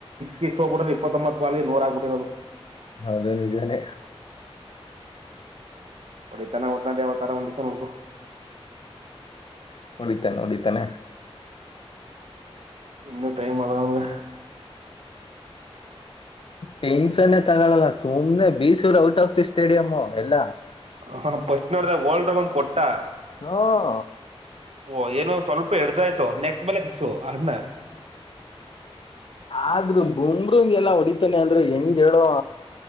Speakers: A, on the right; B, on the left.
A: ತಿಸ್ಸೋ ಬಿಡ್ರೆ ಇಪ್ಪತೊಂಬತ್ ವಲ್ಗೆ ನೂರ ಆಗ್ಬಿಟಿರೋದು.
B: ಹೌದು ನಿಜಾನೇ.
A: ಹೊಡಿತಾನ ಒತ್ನಲ್ಲಿ ಯಾವತ್ತಾದ್ರೂ ಒಂದ್ ದಿವ್ಸ ನೋಡ್ಕೊ.
B: ಹೊಡಿತಾನ್ ಹೊಡಿತಾನೆ.
A: ಇನ್ನೂ ಟೈಮ್ ಅದ ಅವ್ನ್ಗ.
B: ಟೆನ್ಷನೆ ತಗೊಳಲ್ಲ ಸುಮ್ನೆ ಬೀಸುದ್ರೆ ಔಟ್ ಆಫ್ ದಿ ಸ್ಟೇಡಿಯಂ ಎಲ್ಲ.
A: ಹ ಫಸ್ಟ್ ನೋಡ್ದ ವರ್ಲ್ಡ್ರೊ ಕೊಟ್ಟಾ
B: ಹ್ಮ್.
A: ಓ ಏನೊ ಸ್ವಲ್ಪ ಎಡ್ ಜಾಯ್ತು ನೆಕ್ಸ್ಟ್ ಮೇಲೆ ಸಿಕ್ಸು. ಅಣ್ಣ
B: ಆದ್ರೂ ಬುಮ್ರಂಗೆಲ್ಲ ಒಟ್ ಇತ್ತನೆ ಅಂದ್ರೆ ಹೆಂಗ್ ಹೇಳುವ.